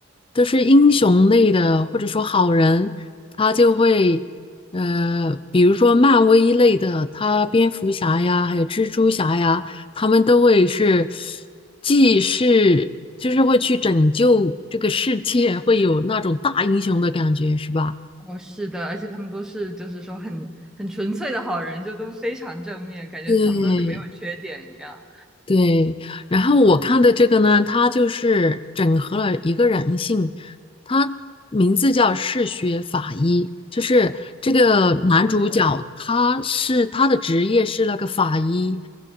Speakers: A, on the left; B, in the centre.
A: 都是英雄类的，或者说好人，他就会，呃，比如说漫威类的，他蝙蝠侠呀，还有蜘蛛侠呀，他们都会是，既是就是会去拯救这个世界，会有那种大英雄的感觉，是吧？
B: 哦，是的，而且他们都是就是说很很纯粹的好人，就都非常正面，感觉他们都是没有缺点一样。
A: 对，对，然后我看的这个呢，它就是整合了一个人性，它名字叫嗜血法医，就是这个男主角，
B: 对，OK，
A: 他是他的职业是那个法医，